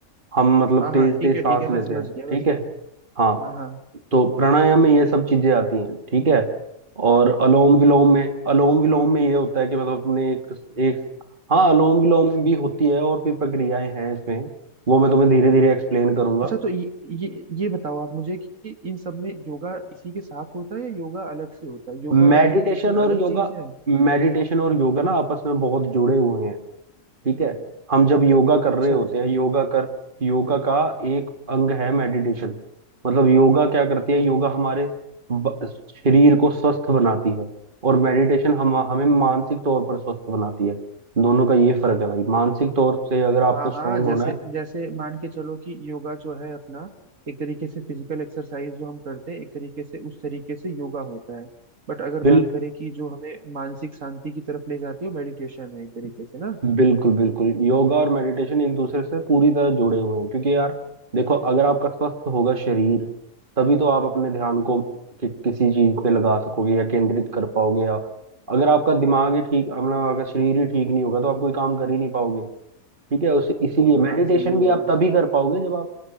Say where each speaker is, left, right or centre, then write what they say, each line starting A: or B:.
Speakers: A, on the right; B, on the right.
A: हम मतलब
B: हाँ
A: तेज
B: हाँ ठीक
A: तेज
B: है
A: सांस
B: ठीक है मैं
A: लेते
B: समझ
A: हैं
B: गया वैसे
A: ठीक है हाँ
B: हाँ हाँ
A: तो प्राणायाम में ये सब चीजें आती हैं ठीक है और अलोम विलोम में अलोम विलोम में ये होता है कि मतलब तुमने एक एक हाँ अलोम विलोम भी होती है और भी प्रक्रियाएं हैं इसमें वो मैं तुम्हें धीरे धीरे एक्सप्लेन करूंगा
B: अच्छा तो ये ये ये बताओ आप मुझे कि इन सब में योगा इसी के साथ होता है या योगा अलग से होता है योगा और
A: मेडिटेशन
B: मेडिटेशन
A: और
B: अलग
A: योगा
B: चीज है
A: मेडिटेशन और योगा ना आपस में बहुत जुड़े हुए हैं ठीक है हम जब योगा कर
B: अच्छा
A: रहे होते
B: अच्छा
A: हैं योगा कर योगा का एक अंग है मेडिटेशन मतलब योगा क्या करती है योगा हमारे ब- शरीर को स्वस्थ बनाती है और मेडिटेशन हम हमें मानसिक तौर पर स्वस्थ बनाती है दोनों का ये फर्क है भाई मानसिक तौर से अगर आपको
B: हाँ
A: स्ट्रोंग
B: हाँ जैसे
A: होना है
B: जैसे मान के चलो कि योगा जो है अपना एक तरीके से फिजिकल एक्सरसाइज जो हम करते हैं एक तरीके से उस तरीके से योगा होता है बट अगर
A: बिल
B: बात करें कि जो हमें मानसिक शांति की तरफ ले जाती है वो मेडिटेशन है एक तरीके से ना
A: बिल्कुल बिल्कुल योगा और मेडिटेशन एक दूसरे से पूरी तरह जुड़े हुए हैं क्योंकि यार देखो अगर आपका स्वस्थ होगा शरीर तभी तो आप अपने ध्यान को कि, किसी चीज पे लगा सकोगे या केंद्रित कर पाओगे या अगर आपका दिमाग ही ठीक मतलब अगर शरीर ही ठीक नहीं होगा तो आप कोई काम कर ही नहीं पाओगे ठीक है उस इसीलिए
B: वो तो
A: मेडिटेशन
B: बात सही है
A: भी
B: यार
A: आप तभी कर पाओगे जब आप